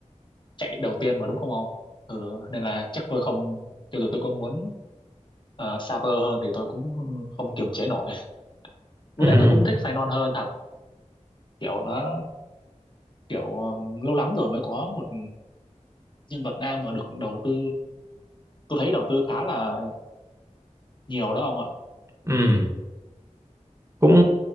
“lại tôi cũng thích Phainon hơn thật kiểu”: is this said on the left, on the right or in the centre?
Left